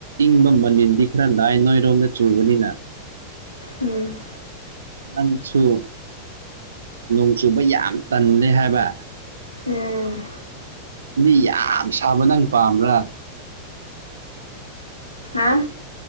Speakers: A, on the right; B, on the left.
A: ꯏꯪꯕ ꯃꯅꯤꯟꯗꯤ ꯈꯔ ꯂꯥꯏ ꯅꯣꯏꯔꯣꯝꯗ ꯆꯨꯕꯅꯤꯅ
B: ꯎꯝ
A: ꯅꯪꯁꯨ ꯅꯣꯡ ꯆꯨꯕ ꯌꯥꯝ ꯇꯟꯅꯦ ꯍꯥꯏꯕ
B: ꯎꯝ
A: ꯑꯗꯨꯗꯤ ꯌꯥꯝ ꯁꯥꯕ ꯅꯪ ꯄꯥꯝꯕ꯭ꯔꯥ
B: ꯍꯥꯥ